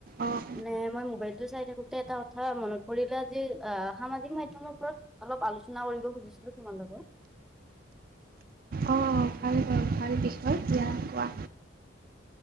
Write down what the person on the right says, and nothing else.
অঁ
অঁ অঁ ভাল হল ভাল বিষয় দিয়া কোৱা।